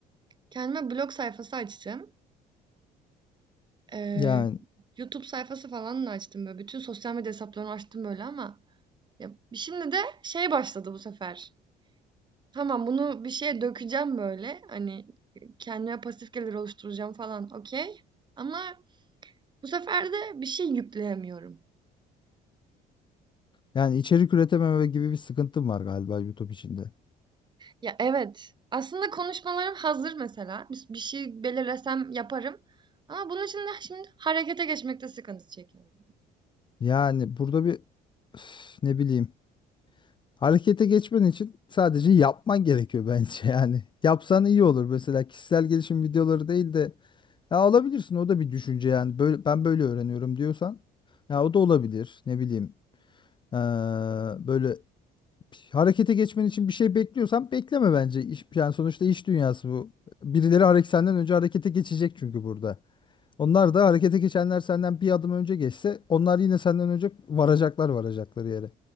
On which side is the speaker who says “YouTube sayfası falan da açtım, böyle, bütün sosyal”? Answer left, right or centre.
Right